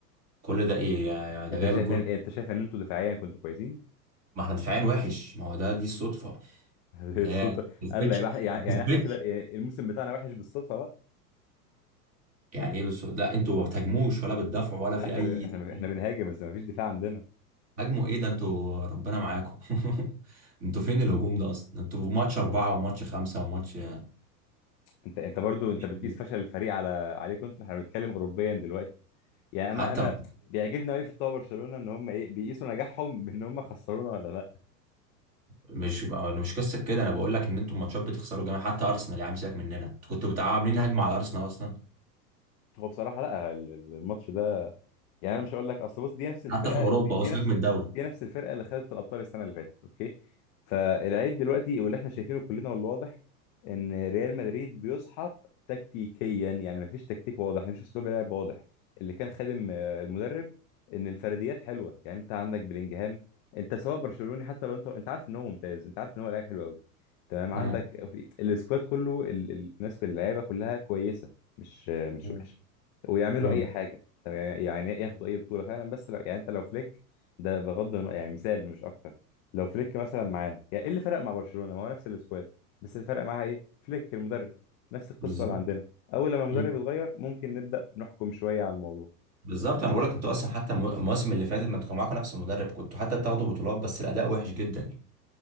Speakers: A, on the right; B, on the left.
A: كل ده ايه يا- ده
B: انت
A: جايب
B: شايف
A: الجون
B: ان... انت شايف ان انتوا دفاعيا كنتوا كويسين
A: ما احنا دفاعيا وحش ما هو ده دي الصدفه
B: <laughs>
A: اللي
B: الصدفه
A: هي ما كسبتش
B: قال لا يبقى احنا يعني
A: ما
B: يعني
A: كسبتش
B: احنا كده يعني الموسم بتاعنا وحش بالصدفه بقى
A: يعني ايه بس لا انتوا ما بتهاجموش ولا بتدافعوا ولا
B: لا
A: في
B: احنا
A: اي
B: ب... احنا احنا
A: <laughs>
B: بنهاجم بس ما فيش دفاع عندنا
A: هاجموا ايه ده انتوا ربنا معاكم <laughs> انتوا فين الهجوم ده اصلا انتوا في ماتش اربعه وماتش خمسه وماتش <laughs>
B: انت انت برضو
A: مفيش
B: انت بتقيس
A: هجوم.
B: فشل الفريق على عليكم انتوا احنا بنتكلم اوروبيا دلوقتي يعني
A: حتى
B: انا انا بيعجبني قوي في بتوع برشلونه ان هم ايه بيقيسوا نجاحهم بان هم خسرونا ولا لا
A: مش انا مش قصه كده انا بقول لك ان انتوا الماتشات بتخسروا جامد حتى ارسنال يا عم سيبك مننا انتوا كنتوا بتاع عاملين هجمه على ارسنال اصلا
B: هو بصراحه لا ال- ال- الماتش ده يعني انا مش هقول لك اصل بص دي نفس الفرقه
A: حتى في اوروبا
B: دي, دي
A: وسيبك
B: نفس
A: من الدوري
B: دي نفس الفرقه اللي خدت الابطال السنه اللي فاتت اوكي فالعيب دلوقتي واللي احنا شايفينه كلنا والواضح ان ريال مدريد بيسحق تكتيكيا يعني مفيش تكتيك واضح مفيش اسلوب لعب واضح اللي كان خادم آه، المدرب ان الفرديات حلوه يعني انت عندك بلينجهام انت سواء برشلوني حتى لو انت انت عارف ان هو ممتاز انت عارف ان هو لاعب حلو قوي تمام
A: مم.
B: عندك في السكواد كله ال- ال- الناس اللعيبه كلها كويسه مش آه، مش
A: مم.
B: وحشه ويعملوا
A: مم.
B: اي حاجه طب يعني يعني ياخدوا اي بطوله فعلا بس لو يعني انت لو فليك ده بغض النظر يعني مثال مش اكتر لو فليك مثلا معانا يعني ايه اللي فرق مع برشلونه ما هو نفس السكواد بس اللي فرق معاها ايه فليك المدرب نفس القصه
A: بالظبط
B: اللي عندنا اول لما المدرب
A: مم.
B: يتغير ممكن نبدا نحكم شويه على الموضوع
A: بالظبط انا بقول لك انتوا اصلا حتى المو- المواسم اللي فاتت ما انتوا كان معاكم نفس المدرب كنتوا حتى بتاخدوا بطولات بس الاداء وحش جدا يعني